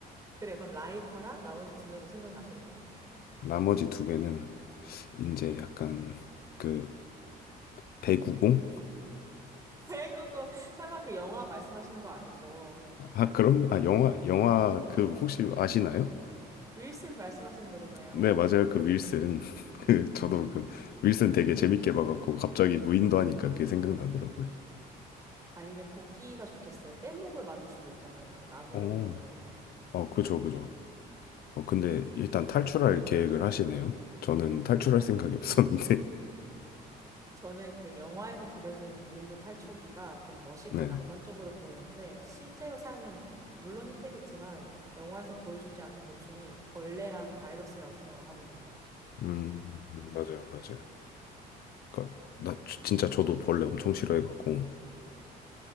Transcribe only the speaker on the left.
나머지 두 개는 이제 약간 그 배구공?
아, 그럼 아 영화 영화 그 혹시 아시나요?
네, 맞아요. 그 윌슨. <laughs> 그 저도 그 윌슨 되게 재밌게 봐갖고 갑자기 무인도 하니까 그게 생각나더라고요.
어,
어, 그죠, 그죠. 어, 근데 일단 탈출할 계획을 하시네요. 저는 탈출할 생각이 없었는데.
<laughs> 네.
음, 맞아요, 맞아요. 그니까, 나 주- 진짜 저도 벌레 엄청 싫어해갖고.